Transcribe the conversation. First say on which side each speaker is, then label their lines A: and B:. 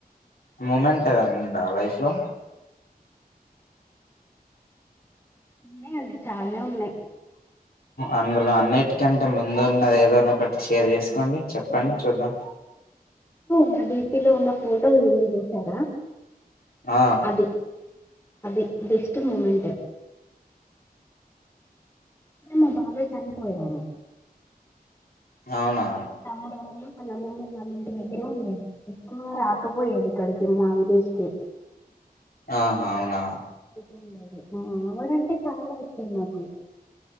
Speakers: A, on the left; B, on the left.
A: మూమెంట్ ఏదన్నా ఉందా లైఫ్ లో
B: ఉన్నాయండి చాలానే ఉన్నాయి
A: అందులో అన్నిటికంటే ముందు ఉన్నది ఏదోన్న ఒకటి షేర్ చేసుకోండి చెప్ చెప్పండి చూద్దాం
B: మా డడిపీలో ఉన్న ఫోటోలు ఎందు చూసారా
A: ఆ
B: అది అది బెస్ట్ మూమెంట్ మా బాబాయ చనిపోయారు
A: అవునా
B: ఇ మ తమ్ముడు వాళ్ళు అళ్ళ మమ్మ వాళ్ళ ఇంటి దగ్గరే ఉండేది ఎక్కువ రాకపోయేది ఇక్కడికి మా విదస్కి
A: ఆహా అవునా
B: ఉండదు ఆ ఆవిడంటే చాలా ఇష్టం నాకు